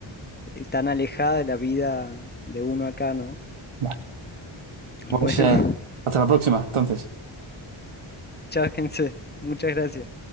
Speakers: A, on the left; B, on the right.
A: eh, tan alejada de la vida de uno acá, ¿no?
B: vale. Pues
A: Bueno,
B: eh,
A: <laughs>
B: hasta la próxima, entonces.
A: chao, gente. Muchas gracias.